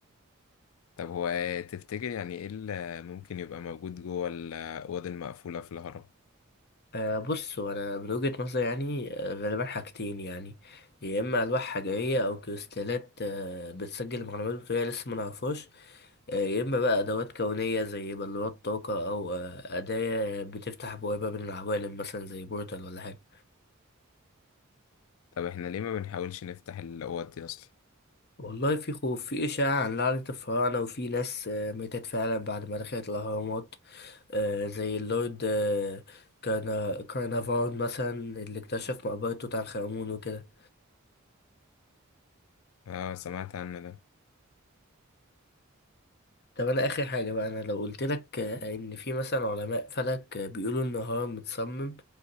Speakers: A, on the left; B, on the left.
A: طب هو تفتكر يعني ايه اللي ممكن يبقى موجود جوه الاوض المقفولة في الهرم
B: آه بص أنا من وجهة نظري يعني آه، غالبا حاجتين يعني يا إما ألواح حجرية أو كريستالات آه بتسجل معلومات بطريقة لسه ما نعرفهاش آه، يا إما بقى أدوات كونية زي بلورات طاقة أو آه، أداة بتفتح بوابة بين العوالم مثلا زي بورتال ولا حاجة
A: طب احنا ليه ما بنحاولش نفتح الاوض دي اصلا
B: والله في خوف في إشاعة عن لعنة الفراعنة وفي ناس آه، ماتت فعلا بعد ما دخلت الأهرامات آه، زي اللورد آه، كارنا كارنافون مثلا اللي اكتشف مقبرة توت عنخ آمون وكده
A: اه سمعت عنه ده
B: طب أنا آخر حاجة بقى أنا لو قلت لك آه، إن في مثلا علماء فلك آه، بيقولوا إن الهرم متصمم